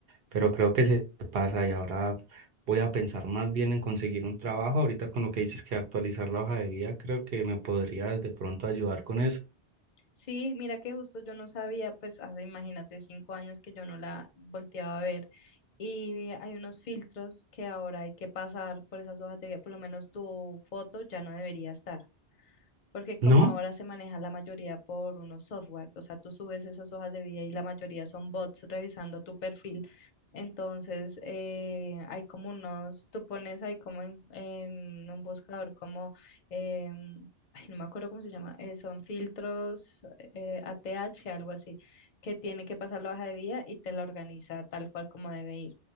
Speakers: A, on the right; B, on the left.
A: pero creo que se pasa y ahora voy a pensar más bien en conseguir un trabajo. Ahorita con lo que dices que actualizar la hoja de vida, creo que me podrías de pronto ayudar con eso.
B: Sí, mira que justo yo no sabía, pues hace, imagínate, cinco años que yo no la volteaba a ver. Y hay unos filtros que ahora hay que pasar por esas hojas de vida, por lo menos tu foto ya no debería estar. Porque como
A: ¿No?
B: ahora se maneja la mayoría por unos software, o sea, tú subes esas hojas de vida y la mayoría son bots revisando tu perfil, entonces eh, hay como unos, tú pones ahí como en, en un buscador como, em, ay, no me acuerdo cómo se llama, eh, son filtros eh, A T H algo así, que tiene que pasar la hoja de vida y te la organiza tal cual como debe ir.